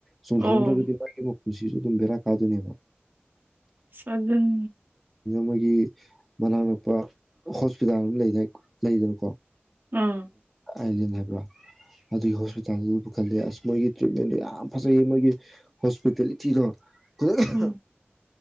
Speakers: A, in the centre; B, on the right.
A: ꯁꯨꯡ
B: ꯑꯣ
A: ꯊꯗꯒꯗꯤ ꯄ ꯄꯨꯟꯁꯤꯁꯨ ꯑꯗꯨꯝ ꯕꯔꯥ ꯀꯥꯗꯅꯦꯕ
B: ꯁꯗꯝ
A: ꯃꯣꯏꯒꯤ ꯃꯅꯥꯛ ꯅꯛꯄ ꯍꯣꯁꯄꯤꯇꯥꯜ ꯑꯃ ꯂꯩꯗꯥ ꯂꯩꯗꯅꯨꯀꯣ
B: ꯑꯝ
A: ꯑꯥꯏꯂꯦꯟ ꯍꯥꯏꯕ꯭ꯔꯥ ꯑꯗꯨꯒꯤ ꯍꯣꯁꯄꯤꯇꯥꯜꯗꯨꯕꯨ ꯈꯜꯂꯦ ꯑꯁ ꯃꯣꯏꯒꯤ ꯇ꯭ꯔꯤꯠꯃꯦꯟꯗꯣ ꯌꯥꯝ ꯐꯖꯩꯌꯦ ꯃꯣꯏꯒꯤ ꯍꯣꯁꯄꯤꯇꯦꯂꯤꯇꯤꯗꯣ ꯀ <unintelligible>
B: ꯎꯝ